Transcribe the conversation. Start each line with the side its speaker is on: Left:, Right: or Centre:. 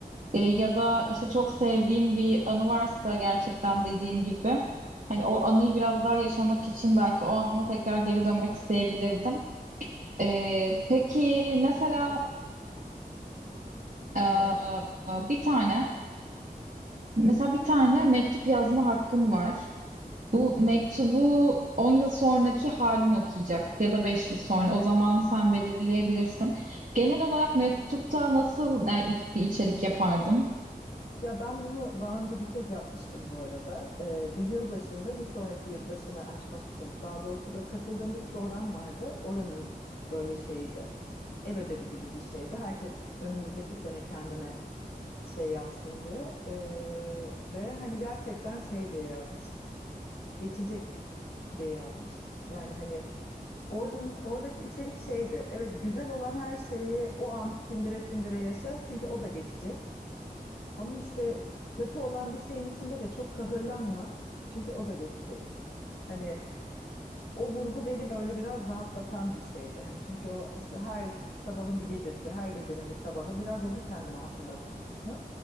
Right: E, ya da işte çok sevdiğim bir anı varsa gerçekten dediğin gibi hani o anıyı biraz daha yaşamak için belki o ana tekrar geri dönmek isteyebilirdim. E, peki mesela e,
Left: Evet.
Right: bir tane mesela bir tane mektup yazma hakkın var. Bu mektubu
Left: Hmm.
Right: 10 yıl sonraki halin okuyacak ya da 5 yıl sonra o zamanı sen belirleyebilirsin. Genel olarak mektupta nasıl yani, bir içerik yapardın?
Left: Ya ben bunu daha önce bir kez yapmıştım bu arada. Ee, bir yılbaşında bir sonraki yılbaşını açmak için. Daha doğrusu böyle katıldığım bir program vardı. Oranın böyle şeyiydi. ev ödevi gibi bir şeydi. Herkes önümüzdeki sene kendine şey yapsın diye. Ee, ve hani gerçekten şey diye yazmış. Geçecek diye yazmıştı. Yani hani oradan oradaki içerik şeydi. Evet güzel olan her şeyi o an sindire sindire yaşa. Çünkü o da geçecek. Ama işte kötü olan bir şeyin içinde de çok kahırlanma. Çünkü o da geçecek. Hani o vurgu beni böyle biraz rahatlatan bir şeydi. Hani çünkü o işte her sabahın bir gecesi, her gecenin bir sabahı biraz oldu kendime hatırlatma kısmı.